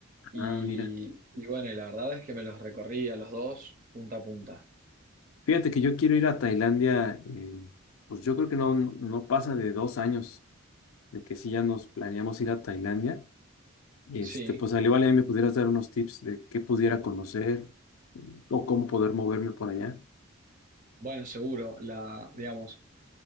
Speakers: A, on the right (about 40°); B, on the left (about 70°).
A: y,
B: Ah, mira.
A: y bueno, y la verdad es que me los recorrí a los dos punta a punta.
B: Fíjate que yo quiero ir a Tailandia, eh, pues yo creo que no, no pasa de dos años de que sí ya nos planeamos ir a Tailandia. Y
A: Sí,
B: este, pues al igual ahí me pudieras dar unos tips de qué pudiera conocer o cómo poder moverme por allá.
A: bueno, seguro, la, digamos,